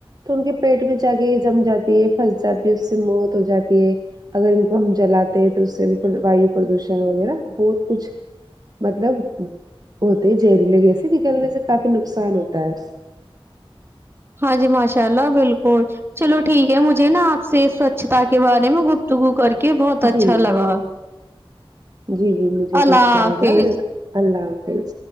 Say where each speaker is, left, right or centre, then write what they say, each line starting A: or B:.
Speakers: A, on the right; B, on the right.
A: تو ان کے پیٹ میں جا کے جم جاتی ہے پھنس جاتی ہے اس سے موت ہو جاتی ہے اگر ان کو ہم جلاتے ہیں تو اس سے بھی وایو پردوشن وغیرہ بہت کچھ مطلب ہوتے زہریلے جیسے نکلنے سے کافی نقصان ہوتا ہے
B: ہاں جی ماشاء اللہ بالکل چلو ٹھیک ہے مجھے نا آپ سے سوچھتا کے بارے میں گفتگو کر کے بہت اچھا
A: جی
B: لگا
A: جی جی مجھے
B: اللہ
A: بھی اچھا
B: حافظ
A: لگا ال اللہ حافظ